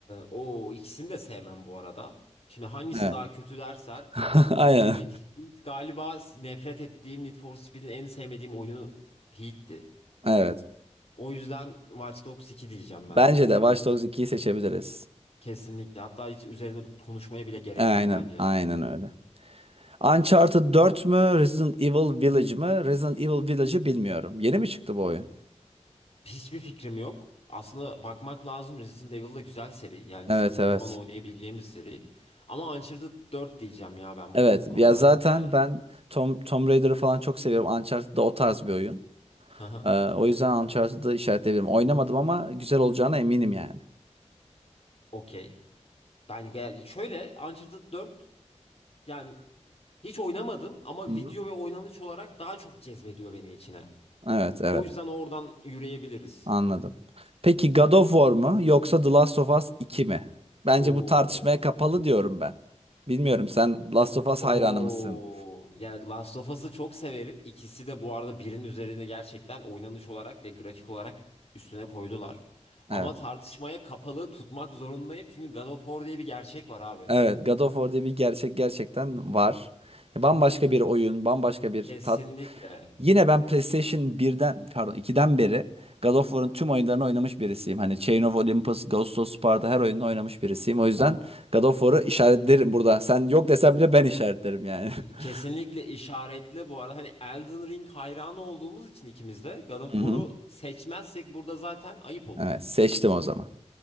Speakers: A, on the left (about 55°); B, on the right (about 55°).
A: o ikisini de sevmem bu arada. Şimdi hangisi
B: Evet.
A: daha kötü dersen
B: <laughs>
A: Need
B: Aynen.
A: for Speed Heat galiba nefret ettiğim Need for Speed'in en sevmediğim oyunu Heat'ti.
B: Evet.
A: O yüzden Watch Dogs 2 diyeceğim ben.
B: Bence de
A: Hani
B: Watch Dogs 2'yi seçebiliriz.
A: Kesinlikle. Hatta hiç üzerine konuşmaya bile gerek
B: Aynen.
A: yok bence.
B: Aynen öyle. Uncharted 4 mü? Resident Evil Village mı? Resident Evil Village'ı bilmiyorum. Yeni mi çıktı bu oyun?
A: Hiçbir fikrim yok. Aslında bakmak lazım. Resident Evil da güzel seri. Yani
B: Evet
A: sıkıldığın
B: evet.
A: zaman oynayabileceğim bir seri. Ama Uncharted dört diyeceğim ya ben
B: Evet.
A: bu, ko- bu konuda.
B: Ya zaten
A: Yani.
B: ben Tom, Tomb Raider'ı falan çok seviyorum. Uncharted da o tarz bir oyun.
A: Hı hı.
B: Ee, o yüzden Uncharted'ı işaretleyebilirim. Oynamadım ama güzel olacağına eminim yani.
A: Okey. Ben ge- şöyle Uncharted dört. yani hiç oynamadım ama
B: Hı hı.
A: video ve oynanış olarak daha çok cezbediyor beni içine.
B: Evet evet.
A: O yüzden oradan yürüyebiliriz.
B: Anladım. Peki God of War mu yoksa The Last of Us 2 mi? Bence
A: Oo.
B: bu tartışmaya kapalı diyorum ben. Bilmiyorum sen Last of Us
A: Oo,
B: hayranı mısın?
A: yani Last of Us'ı çok severim. İkisi de bu arada birinin üzerine gerçekten oynanış olarak ve grafik olarak üstüne koydular. Ama
B: Evet.
A: tartışmaya kapalı tutmak zorundayım çünkü God of War diye bir gerçek var abi.
B: Evet, God of War diye bir gerçek gerçekten var. Ya Bambaşka bir oyun, bambaşka bir
A: Kesinlikle.
B: tat. Yine ben PlayStation birden pardon ikiden beri God of War'ın tüm oyunlarını oynamış birisiyim. Hani Chain of Olympus, Ghost of Sparta her oyununu oynamış birisiyim. O yüzden God of War'ı işaretlerim burada. Sen yok desen bile ben işaretlerim yani.
A: Kesinlikle
B: <laughs>
A: işaretle bu arada hani Elden Ring hayranı olduğumuz için ikimiz de God of
B: Hı hı.
A: War'u seçmezsek burada zaten ayıp olur.
B: Evet, seçtim o zaman.